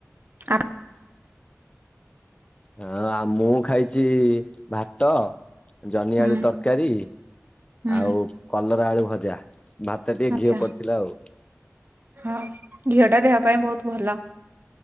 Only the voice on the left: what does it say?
ହଁ ଆଉ ମୁଁ ଖାଇଚି ଭାତ ଜହ୍ନି
ଆଳୁ ତରକାରୀ
ଆଉ କଲରା ଆଳୁ ଭଜା ଭାତ ଟିକେ
ଘିଅ ପଡିଥିଲା ଆଉ।